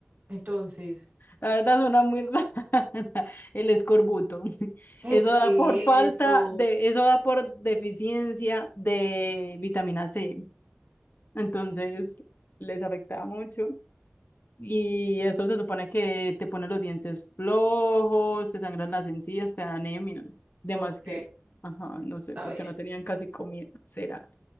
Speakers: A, on the right (about 45°); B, on the left (about 55°).
A: Entonces,
B: la verdad suena muy rara. <laughs> El escorbuto. <laughs>
A: ¿qué
B: Eso da
A: es
B: por falta
A: eso?
B: de, eso da por deficiencia de vitamina C. Entonces, les afectaba mucho. Y eso se supone que te pone los dientes flojos, te sangran las encías, te da anemia. Además
A: Ok,
B: que, ajá, no sé,
A: está
B: porque
A: bien.
B: no tenían casi comida. ¿Será?